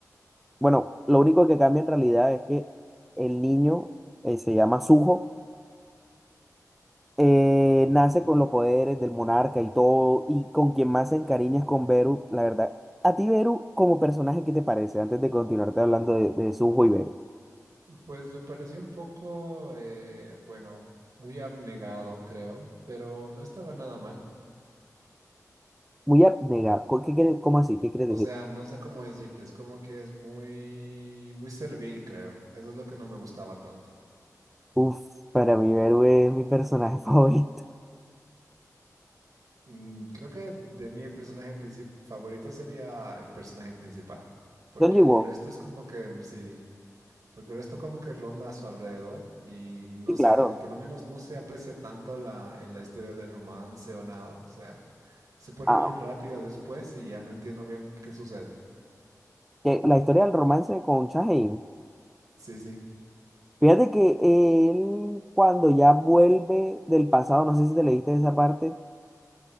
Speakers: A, in the centre; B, on the right (about 75°).
A: bueno, lo único que cambia en realidad es que el niño eh, se llama Suho, eh, nace
B: Ya.
A: con los poderes del monarca y todo, y con quien más se encariña es con Beru, la verdad. A ti, Beru, como personaje, ¿qué te parece? Antes de continuarte hablando de, de Suho y Beru.
B: Pues me pareció un poco, eh, bueno, muy abnegado, creo, pero no estaba nada mal.
A: Muy abnegado. ¿Cu- ¿Qué quieres, cómo así? ¿Qué quieres
B: O
A: decir?
B: sea, no sé cómo decirte, es como que es muy, muy servil, creo. Eso es lo que no me gustaba tanto.
A: Uf, para mí Beru es mi personaje <laughs> favorito.
B: Mm, creo que de mí el personaje princip- favorito sería el personaje principal, porque
A: Don Yu
B: el resto es como que, mm, sí, Porque el resto como que ronda a su alrededor y no
A: Sí,
B: sé,
A: claro.
B: el- por lo menos no se aprecia tanto la, eh, la historia de romance o nada. O sea, se pone
A: Ah,
B: bien rápida después y ya no entiendo bien qué sucede.
A: que la historia del romance con Shaheen.
B: Sí, sí,
A: Fíjate que él, cuando ya vuelve del pasado, no sé si te leíste esa parte,